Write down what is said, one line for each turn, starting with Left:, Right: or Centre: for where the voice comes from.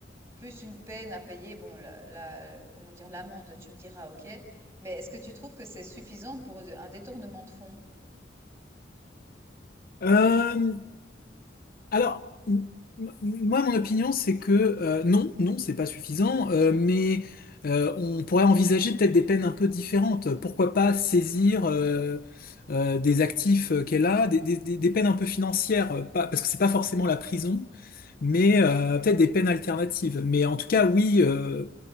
Right: plus une peine à payer, bon la la comment dire? L'amende, tu me diras OK, mais est-ce que tu trouves que c'est suffisant pour un détournement de fonds?
Left: Euh, alors, m- m- moi, mon opinion, c'est que euh, non, non, c'est pas suffisant, euh, mais euh, on pourrait envisager peut-être des peines un peu différentes. Pourquoi pas saisir euh, euh, des actifs euh, qu'elle a, des, des- des- des peines un peu financières, euh, pas, parce que c'est pas forcément la prison, mais euh, peut-être des peines alternatives. Mais en tout cas, oui. euh,